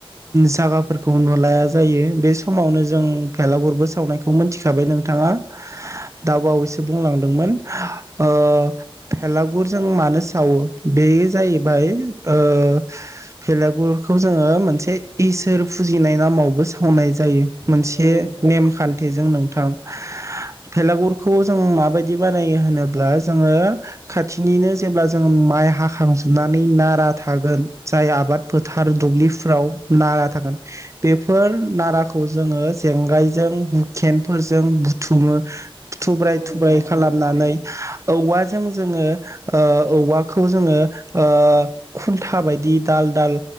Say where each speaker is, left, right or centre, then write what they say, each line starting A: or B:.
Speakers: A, on the right; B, on the right.
A: जागाफोरखौ नुलाया जायो बे समावनो जों फेलागुरबो सावनायखौ मोनथिखाबाय नोंथाङा दा बावैसो बुंलांदोंमोन ओ भेलागुरजों मानो थावो बेस जायो बाय ओ भेलागुरखौ जोङो मोनसे इसोर फुजिनाय नामावबो सावनाय जायो। मोनसे
B: औ नोंथां
A: नेमखान्थिजों नों थां भेलागुरखौ जों माबायदि बानायो होनोब्ला जोङो खाथिनिनो जेब्ला जों माइ हाखांजोबनानै नारा थागोन जाय आबाद फोथार दुब्लिफ्राव नारा थागोन बेफोर नाराखौ जोङो जेंगायजों हुखेनफोरजों बुथुमो थुब्राय
B: औ नोंथां
A: थुब्राय
B: औ
A: खालामनानै
B: थारैनो
A: औवाजों जोङो ओ औवाखौ जोङो ओ खुन्था बायदि दाल दाल